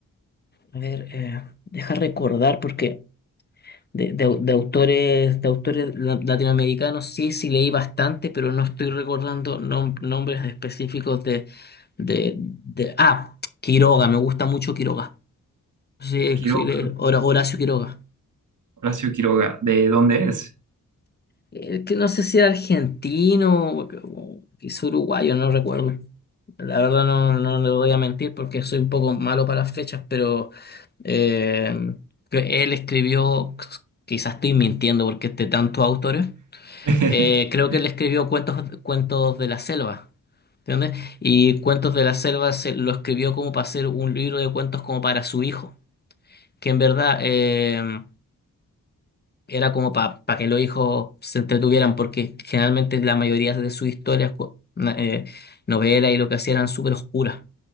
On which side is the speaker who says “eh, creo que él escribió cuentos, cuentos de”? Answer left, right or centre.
Left